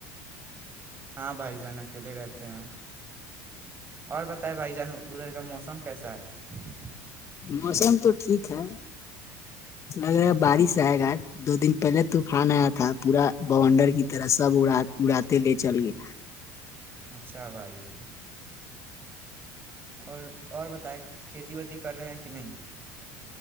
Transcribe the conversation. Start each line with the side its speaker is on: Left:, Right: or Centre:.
Right: ہاں بھائی جان اکیلے رہتے ہیں اور بتائے بھائی جان ادھر کا موسم کیسا ہیں <unintelligible>
Left: موسم تو ٹھیک ہے لگ رہا ہے بارش آئے گا دو دن پہلے طوفان آیا تھا پورا بونڈر کی طرح سب اڑا اڑاتے لے چل گئے
Right: اچھا بھائی جان اور اور بتائے کھیتی بتی کر رہے ہیں کہ نہیں